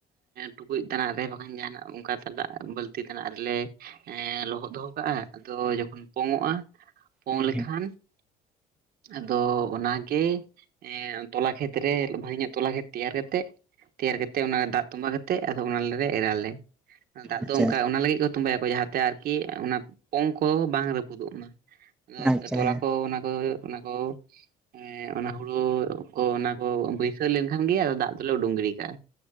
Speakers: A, on the right; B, in the centre.
A: ᱴᱩᱠᱩᱡ ᱛᱮᱟᱱᱟᱜ ᱨᱮ ᱵᱟᱝᱠᱷᱟᱱ ᱡᱟᱦᱟᱱᱟᱜ ᱚᱱᱠᱟ ᱫᱟᱜ ᱵᱟᱹᱞᱛᱤ ᱛᱮᱟᱱᱟᱜ ᱨᱮᱞᱮ ᱮ ᱞᱚᱦᱚᱫ ᱫᱚᱦᱚ ᱠᱟᱜᱼᱟ ᱟᱫᱚ ᱡᱚᱠᱷᱚᱱ ᱯᱚᱝ ᱚᱚᱜᱼᱟ ᱯᱚᱝ
B: ᱦᱮᱸ
A: ᱞᱮᱠᱷᱟᱱ
B: ᱦᱮᱸ
A: ᱟᱫᱚ ᱚᱱᱟᱜᱮ ᱮ ᱛᱚᱞᱟ ᱠᱷᱮᱛᱨᱮ ᱵᱷᱟᱜᱮ ᱧᱚᱜ ᱛᱚᱞᱟ ᱠᱷᱮᱛ ᱛᱮᱭᱟᱨ ᱠᱟ ᱠᱟᱛᱮᱫ ᱛᱮᱭᱟᱨ ᱠᱟᱛᱮᱫ ᱚᱱᱟ ᱫᱟᱜ ᱛᱚᱵᱟ ᱠᱟᱛᱮᱫ ᱟᱫᱚ ᱚᱱᱟᱮ ᱮᱨᱟᱞᱮ᱾ ᱫᱟᱜ
B: ᱟᱪᱪᱷᱟ
A: ᱫᱚ ᱚᱱᱠᱟ ᱚᱱᱟ ᱞᱟᱹᱜᱤᱫ ᱠᱚ ᱛᱚᱸᱵᱟᱭᱟᱠᱚ ᱡᱟᱦᱟ ᱛᱮ ᱟᱨ ᱠᱤ ᱚᱱᱟ ᱯᱚᱝ ᱠᱚ ᱵᱟᱝ ᱨᱟᱹᱯᱩᱫᱚᱜ ᱢᱟ᱾
B: ᱟᱪᱪᱷᱟ
A: ᱛᱚᱞᱟ
B: ᱦᱮᱸ
A: ᱠᱚ ᱚᱱᱟ ᱠᱚ ᱚᱱᱟᱠᱚᱣ ᱮᱸ ᱚᱱᱟ ᱦᱩᱲᱩ ᱠᱚ ᱚᱱᱟ ᱠᱚ ᱵᱟᱹᱭᱥᱟᱹᱣ ᱞᱮᱱᱠᱷᱟᱱ ᱜᱮ ᱫᱟᱜ ᱫᱚᱞᱮ ᱩᱰᱩᱝ ᱜᱤᱰᱤ ᱠᱟᱜᱼᱟ᱾